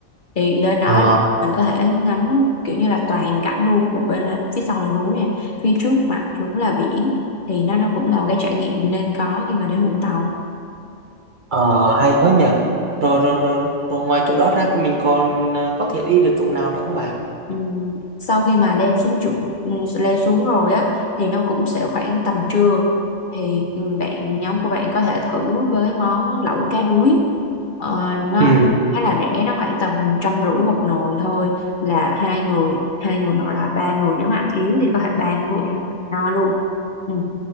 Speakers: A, on the left (about 45°); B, on the right (about 50°).
A: thì lên đó
B: Ờ,
A: mình có thể ngắm kiểu như là toàn cảnh luôn một bên là phía sau là núi nè phía trước mặt chúng là biển thì nó nó cũng là một cái trải nghiệm nên có khi mà đến Vũng Tàu
B: ờ, hay quá nhỉ. Rồi, rồi rồi rồi ngoài chỗ đó ra mình còn ờ, có thể đi được chỗ nào nữa không bạn?
A: Ừ, sau khi mà leo xuống trụ ừ, leo xuống rồi á thì nó cũng sẽ khoảng tầm trưa thì ừ, bạn nhóm của bạn có thể thử với món lẩu cá đuối ờ, nó
B: Ừ.
A: nó khá là rẻ nó khoảng tầm trăm rưỡi một nồi thôi là hai người hai người hoặc là ba người nếu mà ăn yếu thì có thể ba người ăn no luôn Ừ